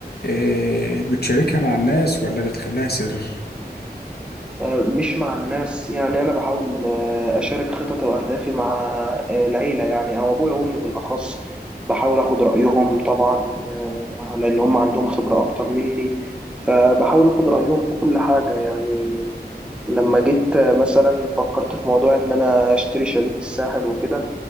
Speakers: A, on the left; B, in the centre.
A: آه، بتشاركها مع الناس ولا بتخليها سر
B: آه، مش مع الناس يعني أنا بحاول آه، أشارك خططي وأهدافي مع آه، العيلة يعني أو أبويا وأمي بالأخص بحاول أخد رأيهم طبعا آه، على اللي هم عندهم خبرة أكتر مني فبحاول أخد رأيهم في كل حاجة يعني لما جيت آه، مثلا فكرت في موضوع إن أنا أشتري شاليه في الساحل وكده